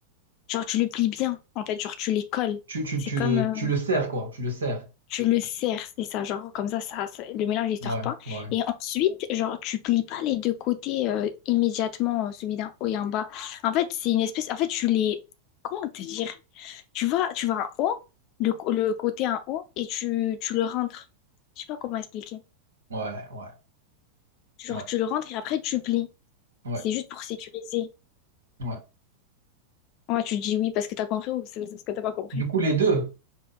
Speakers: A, on the left (about 40°); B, on the right (about 70°).
A: Genre tu le plies bien, en fait, genre tu les colles.
B: Tu, tu,
A: C'est
B: tu,
A: comme, euh,
B: tu le sers quoi? Tu le sers.
A: tu le serres, c'est ça, genre comme ça, ça, ça- le mélange il
B: Ouais,
A: sort pas.
B: ouais,
A: Et ensuite, genre tu plies pas les deux côtés euh, immédiatement, euh, celui d'un haut et un bas. En fait, c'est une espèce, en fait, tu les, comment te dire? Tu vas, tu vas en haut, le, co- le côté en haut, et tu, tu le rentres. Je sais pas comment expliquer.
B: ouais, ouais, ouais,
A: Genre
B: ouais,
A: tu le rentres et après tu plies.
B: ouais,
A: C'est juste pour sécuriser.
B: ouais.
A: Ouais, tu dis oui parce que t'as compris ou c'est parce que t'as pas compris.
B: Du coup,
A: <laughs>
B: les deux,